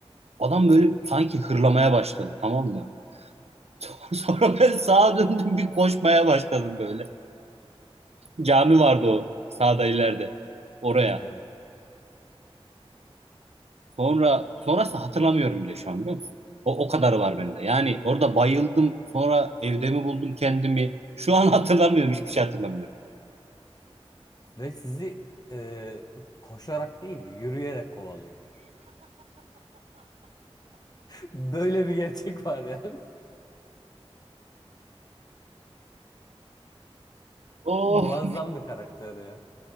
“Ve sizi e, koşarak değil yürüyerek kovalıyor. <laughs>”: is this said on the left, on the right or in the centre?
Left